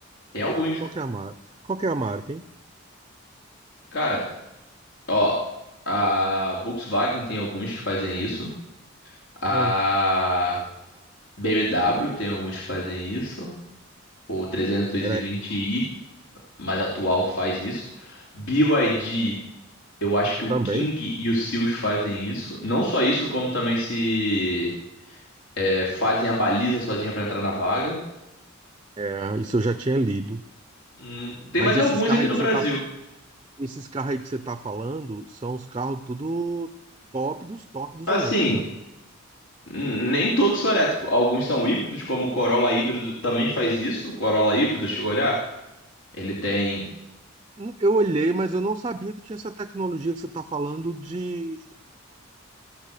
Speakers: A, on the left; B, on the right.
A: tem alguns.
B: Qual que é a marca? Qual que é a marca, hein?
A: Cara, ó, a Volkswagen tem alguns que fazem isso, a
B: Ah,
A: BMW tem alguns que fazem isso, o 320i
B: era
A: mais atual faz isso, BYD, eu acho que o
B: também?
A: King e o Seals fazem isso, não só isso, como também se é, fazem a baliza sozinha pra entrar na vaga.
B: É, isso eu já tinha lido.
A: Hum, tem
B: Mas
A: mais
B: esses
A: alguns
B: carros
A: aqui
B: aí
A: no
B: que
A: Brasil.
B: você está Esses carros aí que você tá falando são os carros tudo top dos top dos
A: Assim,
B: elétricos, né?
A: n- nem todos são elétricos, alguns são híbridos, como o Corolla híbrido também faz isso, o Corolla híbrido, chegou a olhar? Ele tem.
B: Hum, Eu olhei, mas eu não sabia que tinha essa tecnologia que você tá falando de